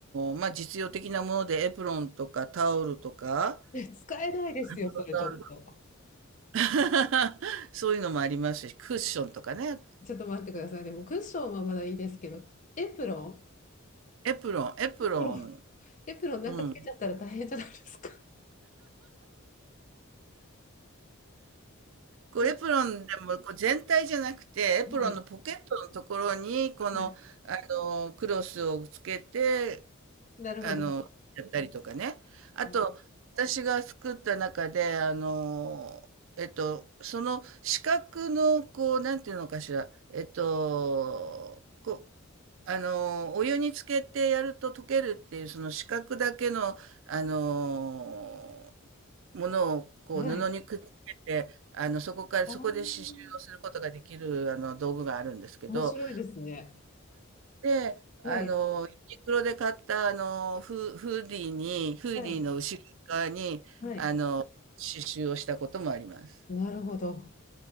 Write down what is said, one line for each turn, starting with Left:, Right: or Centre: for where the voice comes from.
Right: ーまあ、実用的なものでエプロンとかタオルとか、
Left: え使えないですよ、
Right: <laughs>
Left: それちょっと。
Right: タオル <laughs> そういうのもありますし、クッションとかね。
Left: ちょっと待ってください。でもクッションはまだいいですけど、エプロン
Right: エプロン、エプロン。
Left: エプロンエプロンなんかつけちゃったら大変じゃないですか。
Right: うん。こうエプロンでもこう全体じゃなくて、
Left: <laughs> ね。
Right: エプロンのポケットのところに、
Left: はい。
Right: この、
Left: はい。
Right: あの、クロスをつけて、
Left: なるほど。
Right: あの、やったりとかね。あと、
Left: あ
Right: 私が作った中で、あの、えっと、その四角の、こう、なんていうのかしら、えっと、こう、あの、お湯につけてやると溶けるっていう、その四角だけの、あの、ものを、こう、
Left: ーはい。
Right: 布にくっつけて、あの、そこから、
Left: ああ、
Right: そこで刺繍をすることができる、あの、道具があるんですけど、
Left: 面白いですね。
Right: で、
Left: はい。
Right: あの、ユニクロで買ったあの、フフーディーに、フーディーの後ろ側に、
Left: はい。はい。
Right: あの、刺繍をしたこともあります。
Left: なるほど。